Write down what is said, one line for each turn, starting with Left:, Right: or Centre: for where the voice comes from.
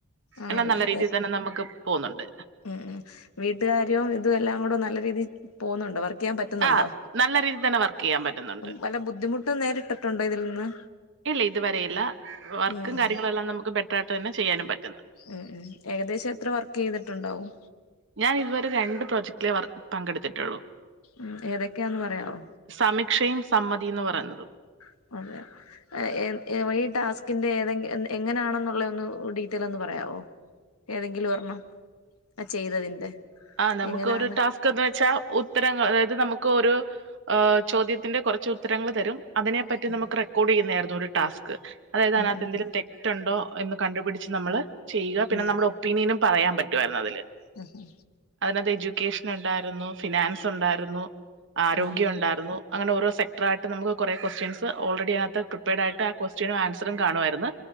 Left: ആണല്ലേ
Right: എല്ലാം നല്ല രീതിയിൽ തന്നെ നമുക്ക് പോകുന്നുണ്ട്.
Left: ഉം ഉം വീട്ടുകാര്യം ഇതും എല്ലാം കൂടെനല്ല രീതിയിൽ പോകുന്നുണ്ടോ വർക്ക യ്യാൻ പറ്റുന്നുണ്ടോ?
Right: ആ നല്ല രീതിയിൽ തന്നെ വർക്ക് ചെയ്യാൻ പറ്റുന്നുണ്ട്
Left: പല ബുദ്ധിമുട്ടും നേരിട്ടിട്ടുണ്ടോ ഇതിൽ നിന്ന്?
Right: ഇല്ല ഇതുവരെയില്ല വർക്കും
Left: ഉം ഉം
Right: കാര്യങ്ങളുംല്ലാം നമുക്ക് ബെറ്ററായിട്ട് തന്നെ ചെയ്യാനും പറ്റുന്നുണ്ട്.
Left: ഉം ഉം ഏകദേശം എത്ര വർക്ക് ചെയ്തിട്ടുണ്ടാവും.
Right: ഞാൻ ഇതുവരെ രണ്ട് പ്രൊജക്ടിലെ വർ പങ്കെടുത്തിട്ടുള്ളൂ.
Left: ഉം ഏതൊക്കെയാന്ന് പറയാവോ.
Right: സമിക്ഷയും സമ്മതിന്ന് പറയതും.
Left: <unintelligible> ഏ ഏ ഈ ടാസ്കിന്റെ ഏതെ എങ്ങനാണെന്നുള്ള ഒന്ന് ഡീറ്റെൽ ഒന്ന് പറയാവോ. ഏതെങ്കിലും ഒരെണ്ണം ആ ചെയ്തതിന്റെ.
Right: ആ നമുക്ക്
Left: എങ്ങനാണ്
Right: ഒരു ടാസ്ക് എന്ന് വെച്ചാ ഉത്തരങ്ങ അതായത് നമുക്ക്ഒരു.. ആഹ് ചോദ്യത്തിന്റെ കൊറച്ച് ഉത്തരങ്ങൾ തരും അതിനെ.. പറ്റി നമക്ക്
Left: ഉം
Right: റെക്കോഡ് ചെയുന്നതരുന്നു ഒരു ടസ്ക് അതായത്
Left: ഉം
Right: അതിനകത്തു
Left: ഉം
Right: തെ.. തെറ്റുണ്ടോ എന്ന് കണ്ടുപിടിച്ച് നമ്മള് ചെയ്യുക പിന്നെ
Left: ഉം
Right: നമ്മുടെ ഒപ്പീനിയനും പറയാൻ പറ്റുമായിരുന്നു അതില്.
Left: ഹേ ഹെ
Right: അതിനകത്ത് എജ്യൂക്കേഷൻ ഉണ്ടായിരുന്നു ഫിനാൻസ് ഉണ്ടായിരുന്നു ആരോഗ്യം
Left: ഉം
Right: ഉണ്ടായിരുന്നു. അങ്ങനെ ഓരോ സെക്റായിട്ട് നമുക്ക് കുറെ കൊക്സ്റ്റ്യൻസ് ഓൾറെഡി അതിനകത്ത് പ്രിപ്പയർഡായിട്ട് ആ കൊസ്റ്റനും ആൻസറും കാണുവായിരുന്നു.